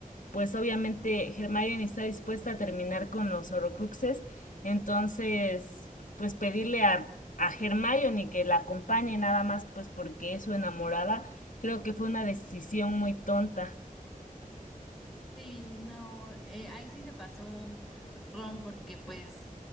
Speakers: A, on the left; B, in the centre.
A: pues obviamente Hermione está dispuesta a terminar con los Horrocruxes, entonces, pues pedirle a, a Hermione que la acompañe nada más, pues porque es su enamorada, creo que fue una decisión muy tonta.
B: Sí, no, eh, ahí sí se pasó Ron porque pues